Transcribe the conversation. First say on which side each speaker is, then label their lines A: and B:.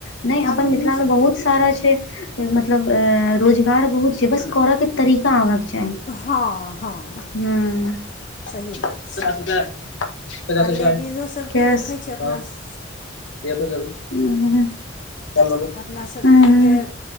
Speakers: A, on the left; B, on the left.
A: नैय
B: आब
A: अपन
B: अपनो
A: मिथिला में
B: सबके
A: बहुत सारा छैय, मतलब ए रोजगार बहुत छैय। बस कोरअ के तरीका आबअ के छैय।
B: हँअ हँ
A: <inaudible>
B: सही बात
A: पच
B: छै
A: पच पचास रुपया य, पच पचास
B: आओर
A: रुपया
B: लेडीजो
A: य -
B: सबके
A: कैश
B: देखै छियै
A: -
B: अपना
A: हॅं
B: स,
A: <unintelligible>
B: अपना सबमे जे